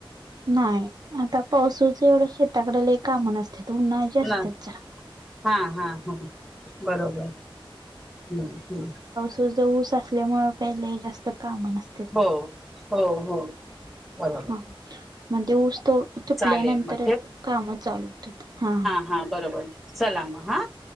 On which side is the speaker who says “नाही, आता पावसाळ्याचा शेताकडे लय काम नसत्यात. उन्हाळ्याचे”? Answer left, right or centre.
Right